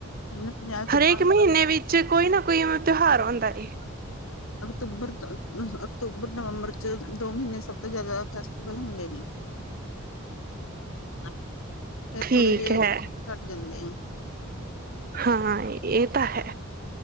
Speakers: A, on the left (about 70°); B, on the right (about 40°).
A: ਆਪਣੇ ਪੰਜਾਬ ਚ
B: ਹਰੇਕ ਮਹੀਨੇ ਵਿੱਚ ਕੋਈ ਨਾ ਕੋਈ ਏਵੇ ਤਿਉਹਾਰ ਹੁੰਦਾ ਏ।
A: ਅਕਤੂਬਰ-ਅਕਤੂਬਰ ਨਵੰਬਰ ਚ ਦੋ ਮਹੀਨੇ ਸਭ ਤੋਂ ਜ਼ਿਆਦਾ ਫੈਸਟੀਵਲ ਹੁੰਦੇ ਨੇ। ਹ <unintelligible> ਫੇਰ
B: ਠੀਕ
A: ਥੋੜੇ ਜਿਹੇ,
B: ਹੈ
A: ਘੱਟ ਜਾਂਦੇ ਆ।
B: ਹਾਂ ਇਹ ਤਾਂ ਹੈ,